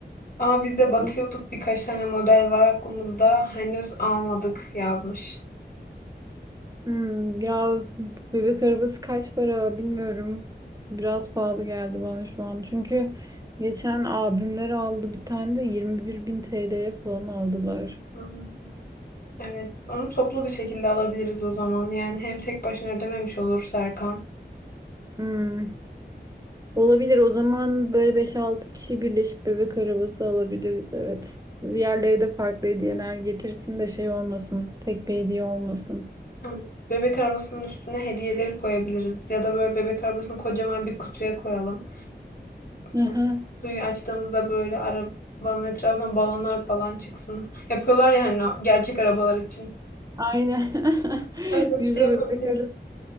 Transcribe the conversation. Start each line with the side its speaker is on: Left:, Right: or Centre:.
Left: Ama biz de bakıyorduk
Right: Ya,
Left: birkaç tane model var aklımızda. Henüz almadık yazmış.
Right: hmm, ya bebek arabası kaç para bilmiyorum. Biraz pahalı geldi bana şu an. Çünkü geçen abimler aldı bir tane de 21 bin TL'ye falan aldılar.
Left: Hmm, Evet, onu toplu bir şekilde alabiliriz o zaman. Yani hem tek başına ödememiş olur Serkan.
Right: Hmm, olabilir o zaman böyle beş altı kişi birleşip bebek arabası alabiliriz evet. Diğerleri de farklı hediyeler getirsin de şey olmasın. Tek bir hediye olmasın.
Left: Hmm. Bebek arabasının üstüne hediyeleri koyabiliriz ya da böyle bebek arabasını kocaman bir kutuya koyalım.
Right: <laughs>
Left: Hmm. Kutuyu açtığımızda böyle arabanın etrafından balonlar falan çıksın. Yapıyorlar ya hani o gerçek arabalar için.
Right: Aynen. <laughs>
Left: Öyle bir
Right: Bize
Left: şey yapabiliriz.
Right: böyle karı.